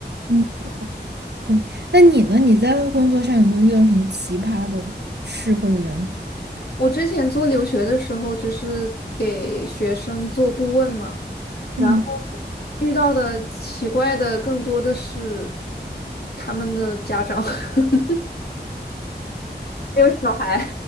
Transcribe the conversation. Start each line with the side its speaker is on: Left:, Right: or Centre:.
Right: 嗯。对，那你呢？你在工作上有没有遇到什么奇葩的事或者人？
Left: 我之前做留学的时候，就是给学生做顾问嘛，然后
Right: 嗯
Left: 遇到的奇怪的更多的是他们的家长。<laughs> 没有小孩，